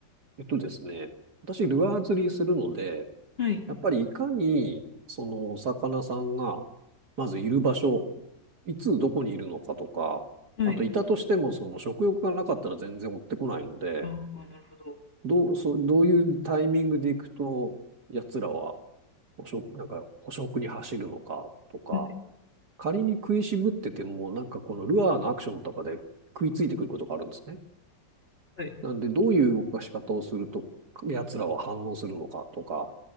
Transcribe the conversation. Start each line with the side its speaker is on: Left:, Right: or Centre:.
Right: えっとですね、私、ルアー釣りするので、
Left: はい、
Right: やっぱりいかに、その、お魚さんが、まずいる場所、いつどこにいるのかとか、
Left: はい。
Right: あと、いたとしても、その、食欲がなかったら全然追ってこないので、
Left: ああ、なるほど。
Right: どう、そう、どういうタイミングで行くと、奴らは、捕食、なんか、捕食に走るのかとか、
Left: はい、
Right: 仮に食いしぶってても、なんかこのルアーのアクションとかで食いついてくることがあるんですね。
Left: はい。
Right: なんで、どういう動かし方をすると、奴らは反応するのかとか、